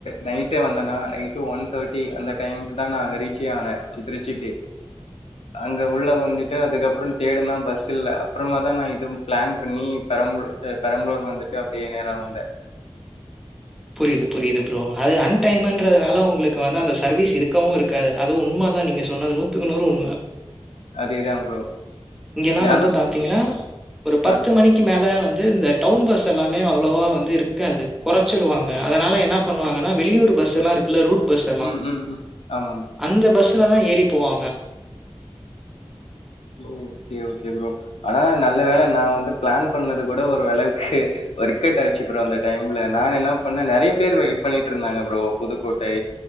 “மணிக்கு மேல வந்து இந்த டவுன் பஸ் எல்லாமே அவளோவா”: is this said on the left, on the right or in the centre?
Centre